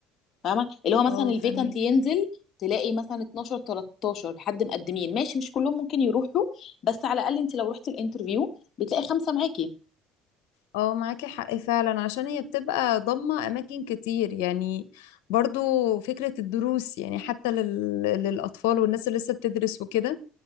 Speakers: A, on the left; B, on the left.
A: فاهمه اللي هو مثلا
B: اه
A: الفيكانت
B: فاهمك
A: ينزل تلاقي مثلا 12 13 حد مقدمين ماشي مش كلهم ممكن يروحوا بس على الاقل انت لو رحت الانترفيو بتلاقي خمسه معاكي
B: اه معاكي حق فعلا عشان هي بتبقى ضامة اماكن كتير يعني برضو فكرة الدروس يعني حتى لل... للأطفال والناس اللي لسه بتدرس وكده